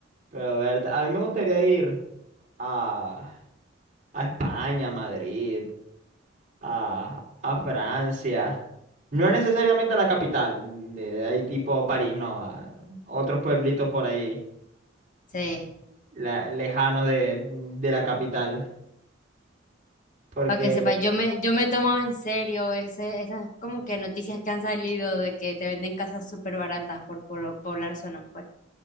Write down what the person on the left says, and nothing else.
Sí,
para que sepa, yo me, yo me he tomado en serio ese, esas como que noticias que han salido de que te venden casas súper baratas por polo- poblar zonas, pues.